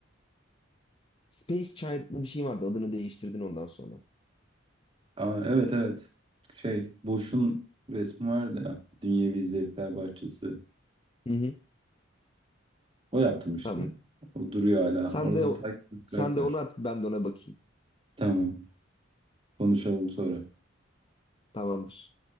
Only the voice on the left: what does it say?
Space Child'lı bir şey vardı. Adını değiştirdin ondan sonra.
Hı hı.
Tamam.
Sen
de
o-
sen de
onu at ben de ona bakayım.
Tamam. Tamamdır.